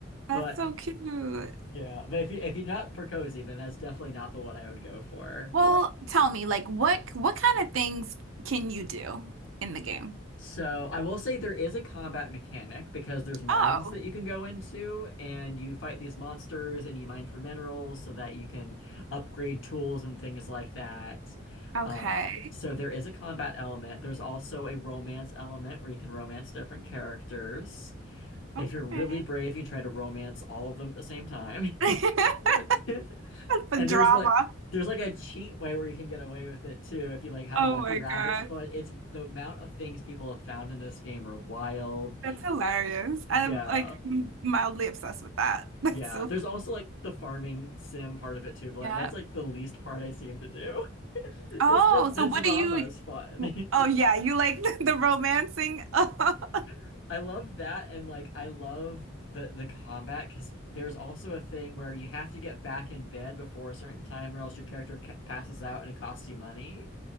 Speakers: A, on the right (about 80°); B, on the left (about 70°).
A: That's
B: But
A: so cute.
B: yeah, but if you if you're not for cozy, then that's definitely not the one I would go for.
A: Well, tell me, like what what kind of things can you do in the game?
B: So I will say there is a combat mechanic because there's mines
A: Oh,
B: that you can go into and you fight these monsters and you mine for minerals so that you can upgrade tools and things like that.
A: okay.
B: Um, so there is a combat element. There's also a romance element where you can romance different characters.
A: Okay.
B: If you're really brave, you can try to romance all of them at the same time.
A: <laughs>
B: <laughs>
A: The
B: And
A: drama.
B: there's like there's like a cheat way where you can get away with it too if you like have
A: Oh
B: a lucky
A: my
B: rabbit's
A: God.
B: foot. It's the amount of things people have found in this game are wild.
A: That's hilarious. I'm
B: Yeah.
A: like mildly obsessed with that. <laughs> That's
B: Yeah.
A: so
B: There's also like the farming sim part of it too, but like,
A: Yeah.
B: that's like the least part I seem to do. <laughs> It's
A: Oh,
B: the the
A: so what
B: drama
A: do you
B: is fun.
A: Oh yeah, you like <laughs> the, romancing. <laughs>
B: <laughs> I love that and like I love the the combat because there's also a thing where you have to get back in bed before a certain time or else your character ca passes out and it costs you money.